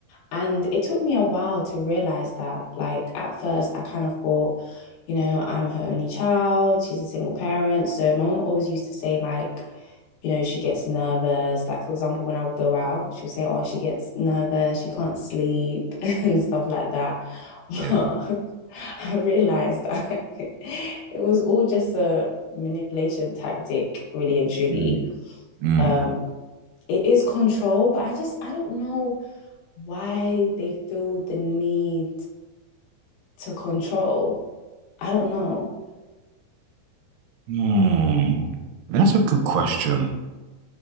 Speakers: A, on the left; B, on the right.
A: and it took me a while to realize that. Like at first, I kind of thought, you know, I'm her only child. She's a single parent, so my mom always used to say like, you know, she gets nervous. Like for example, when I would go out, she would say, "Oh, she gets nervous. She can't sleep <laughs> and stuff like that." But
B: Yeah.
A: <laughs> I realized that <laughs> it was all just a manipulation tactic, really and truly
B: Mm, mm.
A: um, it is control, but I just I don't know why they feel the need to control. I don't know.
B: Hmm. That's a good question.